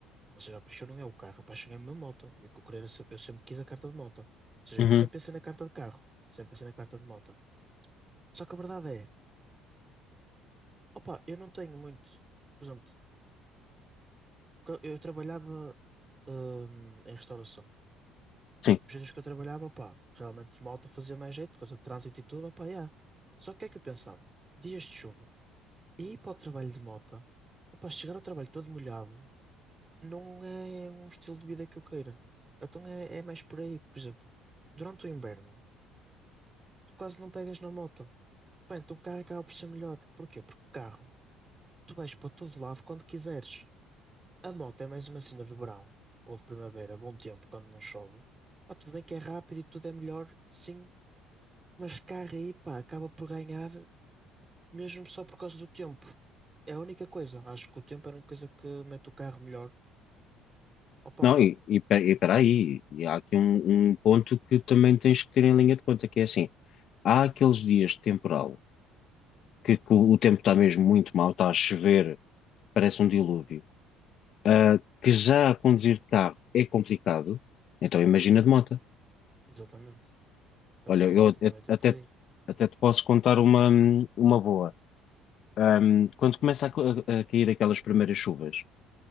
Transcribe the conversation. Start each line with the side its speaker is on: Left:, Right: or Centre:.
Right: Ou seja, a paixão não é o carro, a paixão é a minha moto. E o que eu queria era sempre, eu sempre quis a carta de moto. Ou seja,
Left: Uhum,
Right: eu nunca pensei na carta de carro, sempre pensei na carta de moto. Só que a verdade é, opá, eu não tenho muito. Por exemplo, Porque Eu trabalhava, hum, em restauração.
Left: Sim.
Right: Os dias que eu trabalhava, pá, realmente malta fazia mais jeito, por causa de trânsito e tudo, pá, yeah. Só que o que é que eu pensava? Dias de chuva. E ir para o trabalho de moto, opá, chegar ao trabalho todo molhado, não é um estilo de vida que eu queira. Então é, é mais por aí, por exemplo, durante o inverno, tu quase não pegas na moto. Bem, então o carro acaba por ser melhor. Porquê? Porque o carro, tu vais para todo lado quando quiseres. A moto é mais uma cena de verão ou de primavera, bom tempo, quando não chove. Pá, tudo bem que é rápido e tudo é melhor, sim, mas carro aí, pá, acaba por ganhar mesmo só por causa do tempo. É a única coisa. Acho que o tempo é a única coisa que mete o carro melhor. Opa,
Left: Não, e, e, pe- e peraí, e há aqui um, um ponto que também tens que ter em linha de conta, que é assim, há aqueles dias de temporal, que, que o tempo está mesmo muito mau, está a chover, parece um dilúvio, ah, que já a conduzir de carro é complicado, então imagina de moto.
Right: exatamente. Também,
Left: Olha,
Right: também,
Left: eu a-
Right: também tens
Left: até,
Right: por aí.
Left: te- até te posso contar uma, uma boa. Ahm, quando começa a, co- a- a cair aquelas primeiras chuvas,